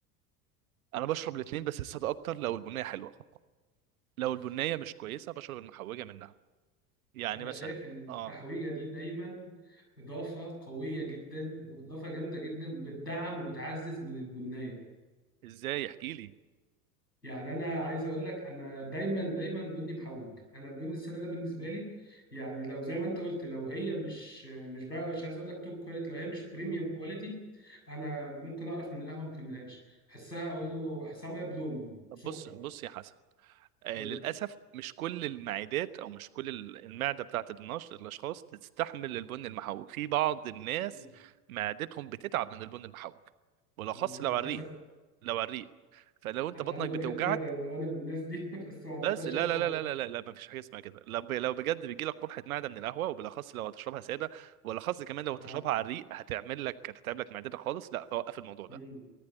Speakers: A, on the right; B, on the left.
A: انا بشرب الاثنين بس الساده اكتر لو البنيه حلوه لو
B: أوف.
A: البنيه مش كويسه بشرب المحوجه منها يعني
B: انا
A: مثلا
B: شايف ان التحويجه
A: اه
B: دي دايما اضافه قويه جدا واضافه جامده جدا بتدعم وبتعزز من البنيه
A: ازاي احكي لي
B: يعني انا عايز اقول لك انا دايما دايما بني محوج انا البن الساده ده بالنسبه لي يعني لو زي ما انت قلت لو هي مش مش بقى مش عايز اقول لك توب كواليتي لو هي مش بريميوم كواليتي انا ممكن اعرف من القهوه ما كملهاش احسها اقول له احسها ميه بلون
A: طب
B: وسكر
A: بص بص يا حسن آه
B: يقول
A: للاسف مش كل المعدات او مش كل ال- المعده بتاعت النشط الاشخاص تستحمل البن المحوج في بعض الناس
B: لي
A: معدتهم بتتعب من البن المحوج بالاخص
B: "مم، انا
A: لو
B: للاسف
A: على الريق لو على الريق فلو انت
B: انا
A: بطنك
B: عندي قرحه
A: بتوجعك
B: معده انا وأنا من الناس دي <laughs> بس ما بقدرش
A: بس لا
B: اقاوم
A: لا لا لا لا لا, لا ما فيش حاجه اسمها كده لو ب- لو بجد بيجي لك قرحه معده من القهوه وبالاخص لو هتشربها ساده وبالاخص كمان لو هتشربها
B: اه
A: على الريق هتعمل لك هتتعب لك معدتك خالص لا فوقف الموضوع ده
B: امم